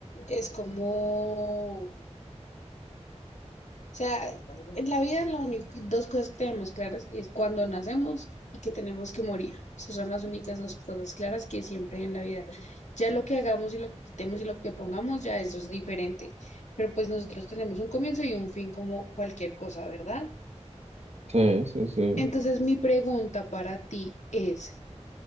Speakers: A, on the left; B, on the right.
A: Es como, o sea, en la vida las único, dos cosas que tenemos claras es cuando nacemos y que tenemos que morir. Esas son las únicas dos cosas claras que siempre hay en la vida. Ya lo que hagamos y lo que quitemos y lo que pongamos, ya eso es diferente. Pero pues nosotros tenemos un comienzo y un fin como cualquier cosa, ¿verdad?
B: Sí, sí, sí.
A: Entonces mi pregunta para ti es,